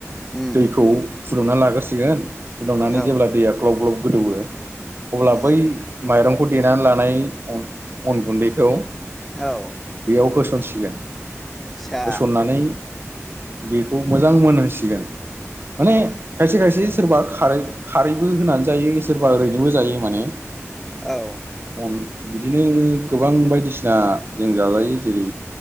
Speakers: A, in the centre; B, on the right (about 45°).
A: उम
B: दैखौ फुदुंनानै लाग्रोसिगोन। फुदुंनानै
A: औ
B: जेब्ला दैया ग्लब ग्लब गोदौवो अब्ला
A: उम
B: बै माइरं खौ देनानै लानाय अन अन गुन्दैखौ
A: औ
B: बेयाव होसनसिगोन।
A: आदसा
B: होसननानै बेखौ मोजां मोनहोसिगोन। माने
A: औ
B: खायसे खायसे सोरबा खारै खारैबो होनानै जायो सोरबा ओरैनोबो जायो माने।
A: औ
B: अन बिदिनो गोबां बायदिसिना जों जालायो जेरै